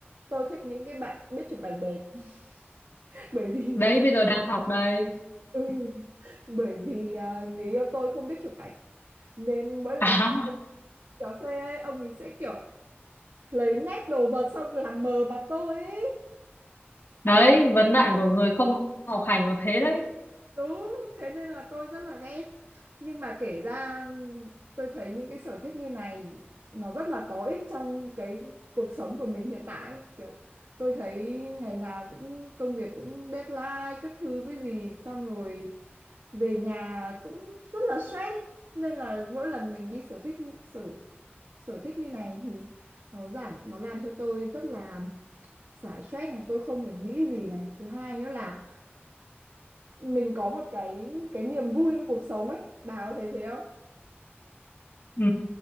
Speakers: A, on the right (about 70°); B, on the left (about 60°).
A: tôi thích những cái bạn biết chụp ảnh đẹp <laughs> bởi vì
B: đấy bây giờ đang học đây
A: ừ, bởi vì à, người yêu tôi không biết chụp ảnh nên mỗi
B: <laughs>
A: lần
B: à
A: mà ông cà phê ấy, ông ấy sẽ kiểu lấy nét đồ vật xong làm mờ mặt tôi ấy
B: đấy vấn nạn của người không học hành nó thế đấy
A: Đúng, thế nên là tôi rất là ghét. Nhưng mà kể ra tôi thấy những cái sở thích như này nó rất là có ích trong cái cuộc sống của mình hiện tại. ấy. Kiểu tôi thấy ngày nào cũng công việc cũng deadline các thứ với gì xong rồi về nhà cũng rất là stress ấy. Nên là mỗi lần mình đi sở thích sở sở thích như này thì nó giảm nó làm cho tôi rất là xả stress này, tôi không phải nghĩ gì này. Thứ hai nữa là mình có một cái cái niềm vui trong cuộc sống ấy bà có thấy thế không
B: Ừ,